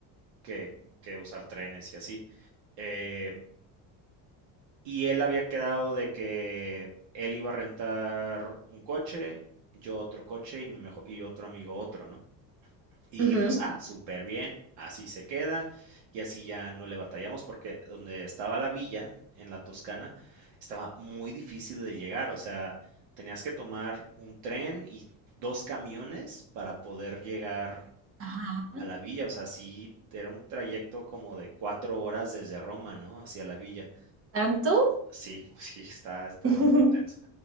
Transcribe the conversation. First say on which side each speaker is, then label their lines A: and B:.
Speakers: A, on the right (about 85°); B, on the right (about 30°).
A: que, que usar trenes y así. Eh, y él había quedado de que él iba a rentar un coche, yo otro coche y, mi mejo- y otro amigo otro, ¿no? Y
B: ujú,
A: dijimos,
B: ujú.
A: ah, súper bien, así se queda y así ya no le batallamos porque donde estaba la villa, en la Toscana, estaba muy difícil de llegar, o sea, tenías que tomar un tren y dos camiones para poder llegar
B: Ajá.
A: a la villa, o sea, sí, era un trayecto como de cuatro horas desde Roma, ¿no? Hacia la villa.
B: ¿Tanto?
A: Sí, <laughs> sí, está, estaba
B: <laughs>
A: muy intenso.